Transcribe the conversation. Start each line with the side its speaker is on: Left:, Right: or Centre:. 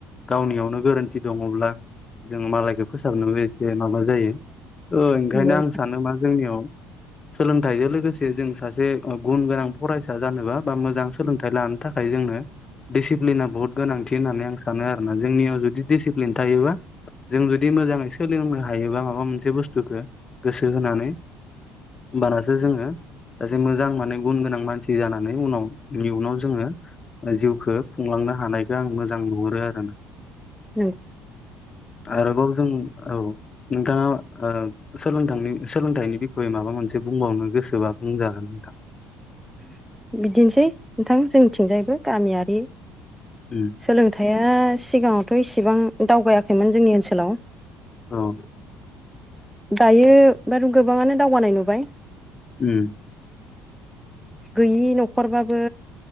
Left: गावनियावनो गोरोन्थि दङब्ला जों मालायखौ फोसाबनोबो एसे माबा जायो ओ ओंखायनो
Centre: नंगौ
Left: आं सानो मा जोंनियाव <unintelligible> सोलोंथाइजों लोगोसे जों सासे गुन गोनां फरायसा जानोबा बा मोजां सोलोंथाइ लानो थाखाय जोंनो दिडिसिप्लिना बुहुत गोनांथि होननानै आं सानो आरोना जोंनियाव जुदि डिसिप्लिन थायोबा जों जुदि मोजाङै सोलोंनो हायोबा माबा मोनसे बुस्थुखौ गोसो होनानै होमबानासो जोङो सासे मोजां माने गुन गोनां मानसि जानानै उनाव इ उुनाव जोङो जिउखौ खुंलानो नो हानायखौ आं मोजां नुहुरो आरो ना
Centre: औ <unintelligible>
Left: आरोबाव जों औ नोंथाङा ओ सोलोंथांनि सोलोंथाइनि बिखयै माबा मोनसे बुंबावनो गोसोबा बुंजागोन नोंथां
Centre: बिदिनोसै नोंथां जोंनिथिंजायबो गामियारि
Left: उम
Centre: सोलोंथायाइया सिगाङावथ' इसिबां दावगायाखैमोन जोंनि ओनसोलाव
Left: औ
Centre: दायो बार गोबाङानो दावगानाय नुबाय
Left: उम
Centre: गैयि न'खरबाबो